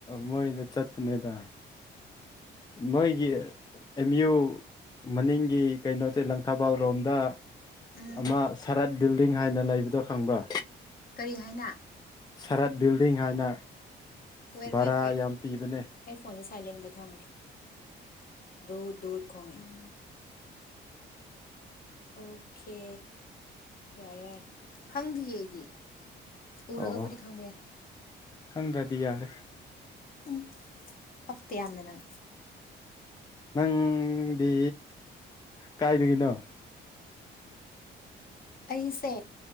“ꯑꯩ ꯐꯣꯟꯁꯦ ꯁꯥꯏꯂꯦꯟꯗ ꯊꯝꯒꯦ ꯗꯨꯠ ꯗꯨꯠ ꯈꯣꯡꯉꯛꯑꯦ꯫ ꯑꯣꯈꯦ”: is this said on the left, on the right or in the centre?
Left